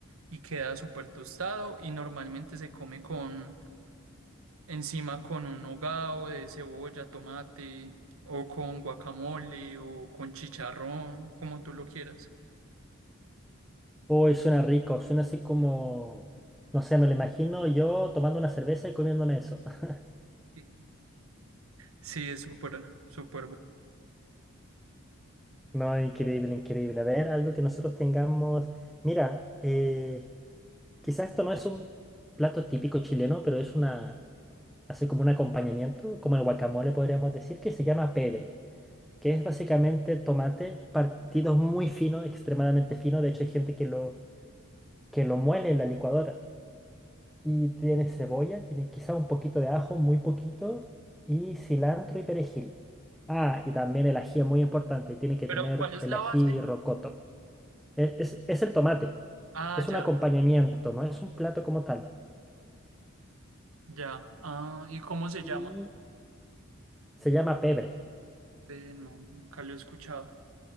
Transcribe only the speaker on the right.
y queda súper tostado y normalmente se come con encima con un hogao de cebolla, tomate o con guacamole o con chicharrón, como tú lo quieras.
Sí, Sí, es súper, súper bueno.
Pero
¿cuál es
la
base?
Ah,
ya,
ya. Ah, ¿y cómo se
llama?
Ve, no, nunca lo he escuchado.